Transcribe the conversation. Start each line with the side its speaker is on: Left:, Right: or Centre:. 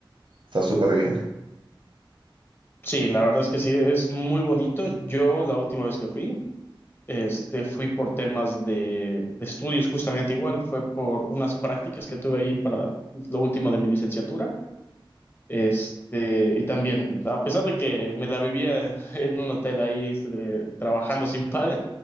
Right: Está súper bien.
Left: Sí, la verdad es que sí, es muy bonito. Yo la última vez que fui Este, fui por temas de, de estudios justamente igual, fue por unas prácticas que tuve ahí para lo último de mi licenciatura. Este, y también, a pesar de que me la vivía <laughs> en un hotel ahí este, de- trabajando sin paga,